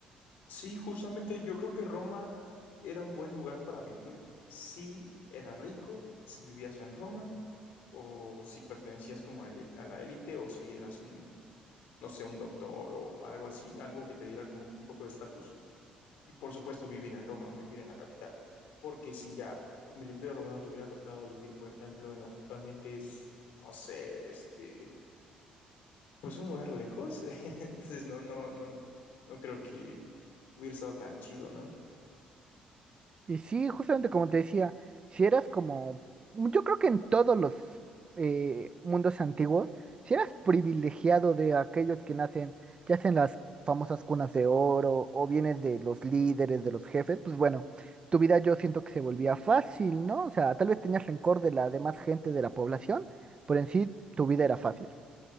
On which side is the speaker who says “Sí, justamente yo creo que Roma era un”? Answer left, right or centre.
Left